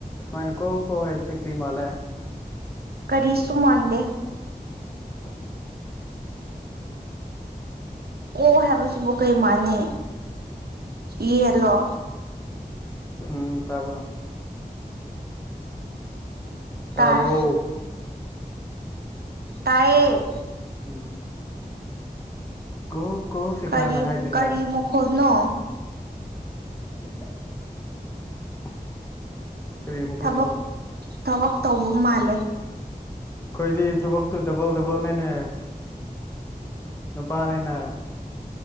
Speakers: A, on the left; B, on the right.
A: ꯁꯨꯃꯥꯏꯅ ꯀꯣ ꯀꯣ ꯍꯥꯏꯕꯁꯦ ꯀ꯭ꯔꯤ ꯃꯥꯜꯂꯦ
B: ꯀꯔꯤꯁꯨꯨꯃꯥꯟꯗꯦ
A: ꯑ ꯍ
B: ꯑꯣ ꯍꯥꯏꯕꯁꯤꯕꯨ ꯀꯩ ꯃꯥꯥꯟꯅꯤ ꯌꯦꯂꯣ
A: ꯎꯝ ꯇꯄ ꯇꯔꯕꯣ
B: ꯇꯥꯏ ꯇꯌꯦ
A: ꯎꯝ ꯀ ꯀꯣ ꯁꯤꯀꯅꯅ
B: ꯀꯔꯤ
A: ꯍꯥꯏꯒ
B: ꯀꯔꯤ
A: ꯂꯩ
B: ꯃꯈꯣꯟꯅꯣ
A: <unintelligible> ꯃꯈꯣꯜꯂꯣ
B: ꯊꯕꯛ ꯊꯕꯛ ꯇꯧꯕ ꯃꯥꯜꯂꯦ
A: ꯀꯣꯏꯗꯤ ꯊꯕꯛ ꯇꯨ ꯗꯕꯜ ꯗꯕꯜꯅꯦꯅꯦ ꯅꯨꯄꯥꯅꯤꯅ